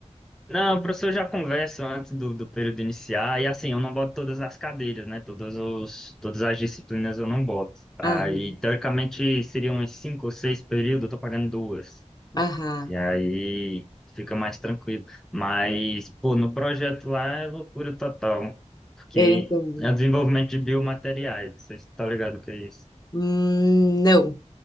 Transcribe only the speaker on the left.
Aham,
aham,
eu entendo.
Hum, não.